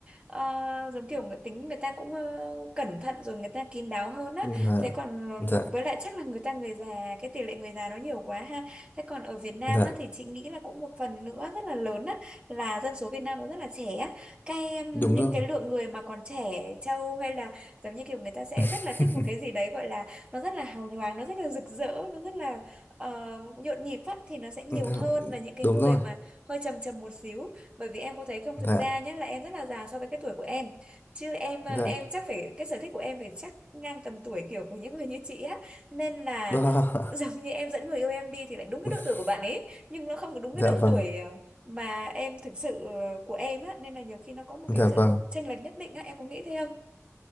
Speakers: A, on the right (about 20°); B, on the left (about 35°).
A: ờ, giống kiểu người tính người ta cũng ờ, cẩn thận rồi người ta kín đáo hơn á
B: dạ
A: thế còn
B: dạ
A: ờ, với lại chắc là người ta người già cái tỷ lệ người già nó nhiều quá ha thế còn ở Việt Nam
B: dạ
A: á thì chị nghĩ là cũng một phần nữa rất là lớn á là dân số Việt Nam nó rất là trẻ á cái um,
B: đúng
A: những
B: rồi
A: cái lượng người mà còn trẻ trâu hay là giống như kiểu người ta sẽ
B: <laughs>
A: rất là thích một cái gì đấy gọi là nó rất là hào nhoáng nó rất là rực rỡ nó rất là ờ, nhộn nhịp á thì nó sẽ nhiều
B: Dạ,
A: hơn là những cái
B: đúng
A: người
B: rồi
A: mà hơi trầm trầm một xíu bởi vì em có thấy không
B: dạ
A: thực ra nhé là em rất là già so với cái tuổi của em chứ em ờ,
B: dạ
A: em chắc phải cái sở thích của em phải chắc ngang tầm tuổi kiểu của những người như chị á nên là
B: đó.
A: <laughs> giống như em dẫn người yêu em đi thì lại đúng cái
B: <laughs>
A: độ tuổi của bạn ấy nhưng nó không có đúng
B: dạ
A: cái độ
B: vâng
A: tuổi ờ, mà em thực sự ờ, của em á nên là nhiều khi nó có một
B: dạ
A: cái sự
B: vâng
A: chênh lệch nhất định á em có nghĩ thế không